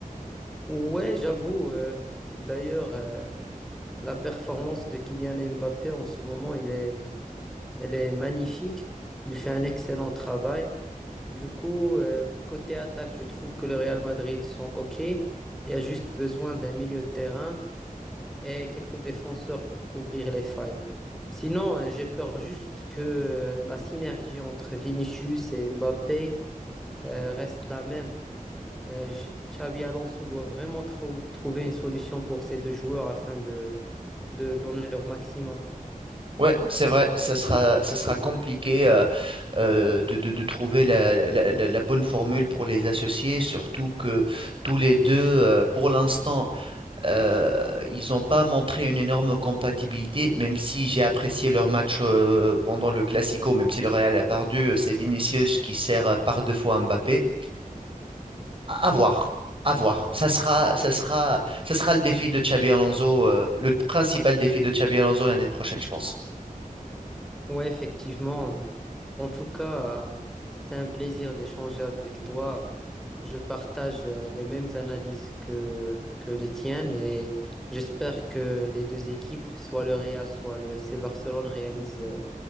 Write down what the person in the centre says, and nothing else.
Ouais, j'avoue. euh, d'ailleurs, euh, la performance de Kylian Mbappé en ce moment, il est, elle est magnifique. Il fait un excellent travail. Du coup, euh, côté attaque, je trouve que le Real Madrid sont OK. Il y a juste besoin d'un milieu de terrain et quelques défenseurs pour couvrir les failles. Sinon, euh, j'ai peur juste que euh, la synergie entre Vinicius et Mbappé euh, reste la même. Euh, Ch- Xabi Alonso doit vraiment trou- trouver une solution pour ces deux joueurs afin de, de donner leur maximum.
Oui, effectivement. euh, En tout cas, euh, c'était un plaisir d'échanger avec toi. Je partage euh, les mêmes analyses que, que les tiennes et j'espère que les deux équipes, soit le Real, soit le FC Barcelone, réalisent euh,